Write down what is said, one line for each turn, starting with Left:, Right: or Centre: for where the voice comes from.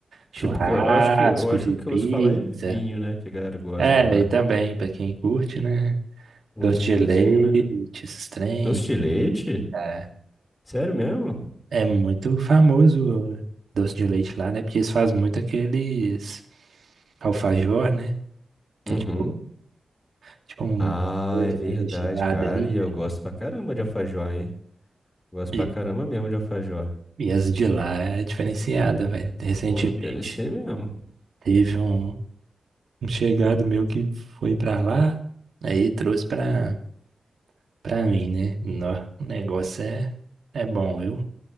Right: churrasco,
Left: Tipo, que eu eu acho que eu acho
Right: de
Left: que o que
Right: pizza.
Left: eu ouço falar é vinho, né? Que a galera gosta
Right: É,
Left: de lá.
Right: e também, pra quem curte, né?
Left: Um
Right: Doce
Left: vinhozinho,
Right: de leite,
Left: né?
Right: esses trem.
Left: Doce de leite?
Right: É,
Left: Sério mesmo?
Right: é muito famoso o doce de leite lá, né? Porque eles fazem muito aqueles alfajor, né?
Left: Uhum.
Right: É tipo, tipo um
Left: Ah,
Right: oito
Left: é verdade,
Right: meio recheado
Left: cara.
Right: ali,
Left: E
Right: né?
Left: eu gosto pra caramba de alfajor, hein? Gosto
Right: E,
Left: pra caramba mesmo de alfajor.
Right: e as de lá é diferenciada, velho. Recentemente
Left: Pô, deve ser mesmo.
Right: teve um, um chegado meu que foi pra lá, aí trouxe pra, pra mim, né? Nó, o negócio é, é bom, viu?